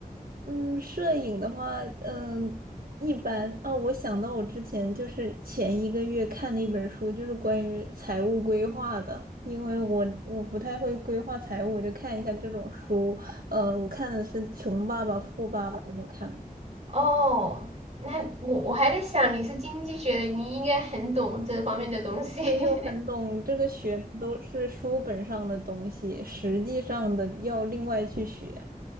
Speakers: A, on the right; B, on the right.
A: 嗯，摄影的话，嗯，一般。哦，我想到我之前就是前一个月看的一本书，就是关于财务规划的。因为我我不太会规划财务，我就看一下这种书。呃，我看的是《穷爸爸富爸爸》，没有看过，
B: 哦，那我我还在想你是经济学的，你应该很懂这方面的东西。<laughs>
A: 没有很懂这个学的都是书本上的东西，实际上的要另外去学。